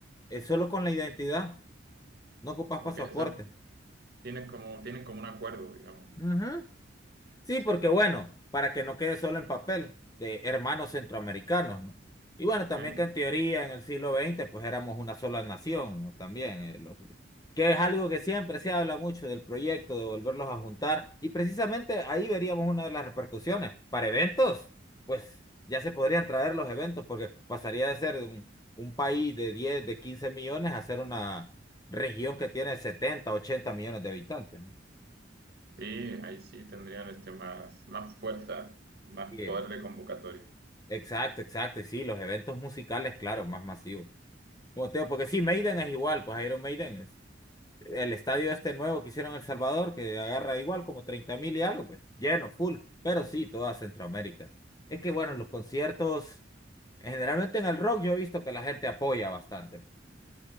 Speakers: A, on the left; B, on the right.
A: Es solo con la identidad. No ocupas
B: Ok,
A: pasaporte.
B: o sea, tienen como, tienen como un acuerdo, digamos.
A: Ujú. Sí,
B: Sí.
A: porque bueno, para que no quede solo en papel, de hermanos centroamericanos, ¿no? Y bueno, también
B: ¿Eh?
A: que en teoría en el siglo veinte, pues éramos una sola nación, ¿no? También, eh, los- que es algo que siempre se habla mucho del proyecto de volverlos a juntar y precisamente ahí veríamos una de las repercusiones. Para eventos, pues ya se podrían traer los eventos porque pasaría de ser un, un país de 10, de 15 millones a ser una región que tiene 70, 80 millones de habitantes,
B: Sí, ahí sí tendrían este más, más fuerza, más
A: ¿no?
B: poder de convocatoria.
A: Exacto, exacto, y sí, los eventos musicales, claro, más masivos. Como te digo, porque sí, Maiden es igual, pues Iron Maiden es el estadio este nuevo que hicieron en El Salvador, que agarra igual como treinta mil y algo, pues lleno, full, pero sí, toda Centroamérica. Es que bueno, los conciertos, generalmente en el rock yo he visto que la gente apoya bastante.